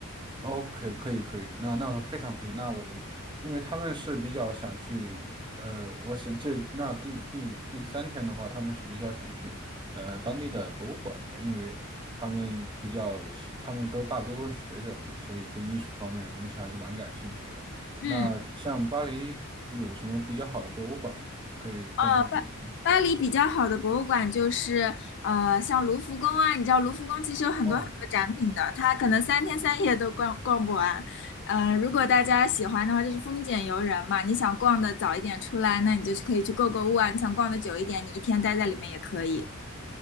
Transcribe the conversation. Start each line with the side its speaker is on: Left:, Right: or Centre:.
Right: OK，可以可以，那那非常可以。那我们，因为他们是比较想去，呃，我想这那第第第三天的话，他们是比较想去，呃，当地的博物馆的，因为他们比较喜，他们都大多都是学者嘛，所以对艺术方面的东西还是蛮感兴趣的。
Left: 嗯。
Right: 那像巴黎有什么比较好的博物馆可以供他们选择吗？
Left: 呃，巴巴黎比较好的博物馆就是呃，像卢浮宫啊，你知道卢浮宫其实有很多很多展品的，
Right: 哦
Left: 它可能三天三夜都逛逛不完。呃，如果大家喜欢的话，就是丰俭由人嘛，你想逛的早一点出来，那你就是可以去购购物啊；你想逛的久一点，你一天待在里面也可以。